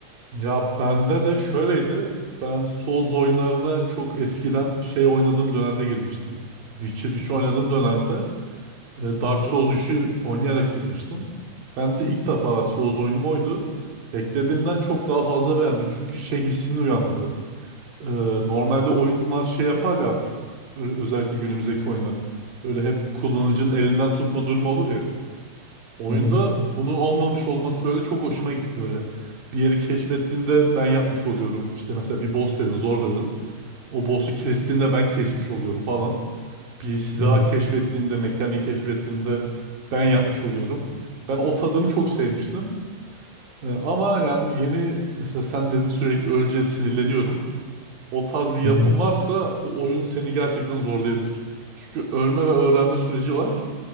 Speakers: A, on the right (about 45°); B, in the centre.
A: Ya bende de şöyleydi. Ben Souls oyunlarına çok eskiden şey oynadığım dönemde girmiştim. Witcher 3 oynadığım dönemde E, Dark
B: Hı
A: Souls
B: hı,
A: 3'ü oynayarak girmiştim. Ben de ilk defa Souls oyunum oydu. Beklediğimden çok daha fazla beğendim. Çünkü şey hissini uyandırdı. E, normalde oyunlar şey yapar ya artık. Ö- Özellikle günümüzdeki oyunlar. Böyle hep bir kullanıcının elinden tutma durumu olur ya. Oyunda
B: hı hı,
A: bunun olmamış olması böyle çok hoşuma gitti böyle. Bir yeri keşfettiğinde ben yapmış oluyorum. İşte mesela bir boss dedin, zor dedin. O boss'u kestiğinde ben kesmiş oluyorum falan bir silah
B: hı hı.
A: keşfettiğinde, mekaniği keşfettiğinde ben yapmış oluyorum. Ben o tadını çok sevmiştim. Ee, ama yani yeni mesela sen dedin sürekli önce sinirleniyorum. O tarz bir yapım
B: hı hı.
A: varsa o oyun seni gerçekten zorlayabilir. Çünkü ölme ve öğrenme süreci var.